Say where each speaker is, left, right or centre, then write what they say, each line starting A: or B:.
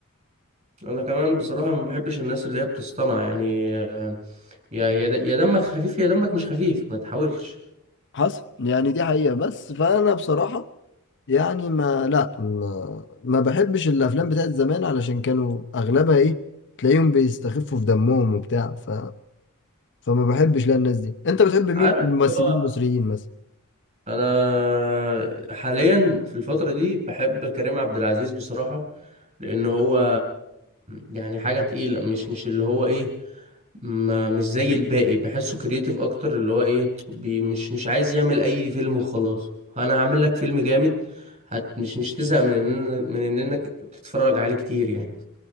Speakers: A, on the right; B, on the left.
A: انا كمان بصراحه ما بحبش الناس اللي هي بتصطنع يعني آه، يا يا د- يا دمك خفيف يا دمك مش خفيف ما تحاولش
B: حصل يعني دي حقيقة بس فانا بصراحة يعني ما لا ما, ما بحبش الافلام بتاعت زمان علشان كانوا اغلبها ايه تلاقيهم بيستخفوا في دمهم وبتاع ف فما بحبش لا الناس دي انت بتحب مين
A: عارف
B: من الممثلين
A: اللي هو
B: المصريين مثلا
A: انا حاليا في الفتره دي بحب كريم عبد العزيز بصراحه لان هو يعني حاجه تقيله مش مش اللي هو ايه ما مش زي الباقي بحسه كرييتيف اكتر اللي هو ايه بي مش مش عايز يعمل اي فيلم وخلاص انا هعمل لك فيلم جامد هت مش مش تزهق من ان من ان انك تتفرج عليه كتير يعني